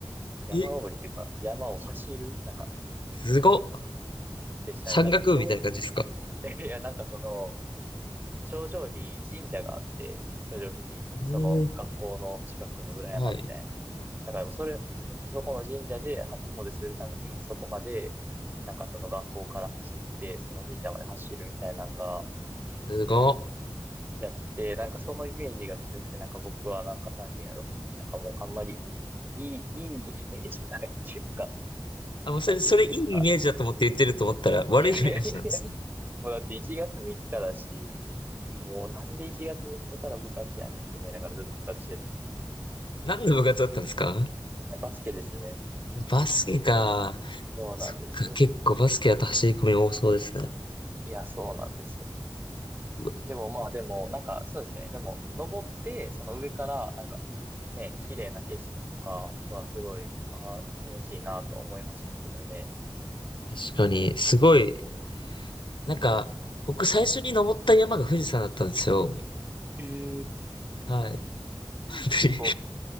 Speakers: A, on the right; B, on the left.
A: 山登りっていうか、
B: え、
A: 山を走る、なんか、
B: すごっ。
A: でしたね。
B: 山岳部みたいな感じですか
A: なんか、ちょう、<laughs> いや、なんかその、頂上に神社があって、頂上付近に、
B: ええ
A: その学校の近くの裏山みたいな。
B: はい。
A: なんかでもそれ、そそこの神社で初詣するために、そこまで、なんかその学校から走って、その神社まで走るみたいなのが、
B: すごっ。
A: うん、やって、なんかそのイメージが強くて、なんか僕は、なんか、なんていうんやろ。なんかもう、あんまり、いい、いいイメージないっていうか、
B: あ、もうそれ、
A: なんていうんですか。
B: それいいイメージだと思って言ってると思ったら、悪いイメージなんですね。
A: いやいやいやいや。もうだって1月3日だし、もうなんで1月3日かから部活やねんって思いながらずっと部活してた。
B: 何の部活だったんですか
A: バスケですね。
B: バスケか。
A: そうなんですよ。
B: そっか、結構バスケだと走り込み多そうですね。
A: いや、そうなんですよね。
B: うわ
A: でもまあでも、なんかそうですね。でも、登って、その上から、なんかね、綺麗な景色とかはすごい、ああ、気持ちいいなと思いましたけどね。
B: 確かに、すごい、なんか、僕最初に登った山が富士山だったんですよ。
A: ええ
B: はい。<laughs>
A: すご。
B: 本当に。